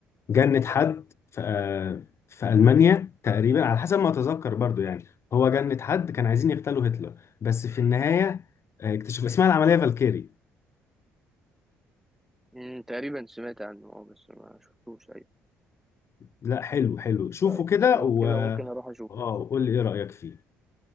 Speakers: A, on the left; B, in the centre.
A: جند حد في آه، في ألمانيا تقريبا على حسب ما أتذكر برضو يعني هو جند حد كان عايزين يغتالوا هتلر بس في النهاية آه، اكتشف اسمها العملية فالكيري
B: مم، تقريبا سمعت عنه اه بس ما شفتوش ايوه
A: لا حلو حلو شوفوا
B: بس
A: كده
B: لو
A: و
B: كده ممكن اروح اشوفه
A: اه قول لي ايه رأيك فيه